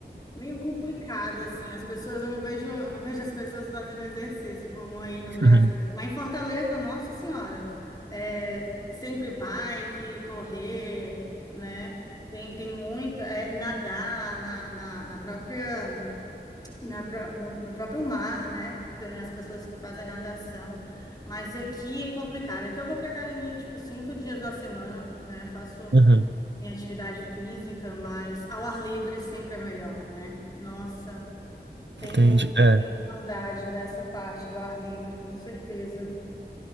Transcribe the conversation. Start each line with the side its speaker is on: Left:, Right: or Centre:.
Left: é meio complicado assim. As pessoas, eu não vejo, eu não vejo as pessoas fazendo exercício como aí no Brasil.
Right: uhum,
Left: Lá em Fortaleza, nossa senhora, é sempre bike, correr, né? Tem, tem muito, é, nadar na, na, na própria Na, pró- no, no próprio mar, né? Tem as pessoas que fazem natação, mas aqui é complicado. Aqui eu vou para academia, tipo, cinco dias na semana, né? Faço
Right: uhum.
Left: minha atividade física, mas ao ar livre sempre é melhor, né? Nossa, tenho,
Right: Entendi. É,
Left: tenho saudade dessa parte do ar livre, com certeza.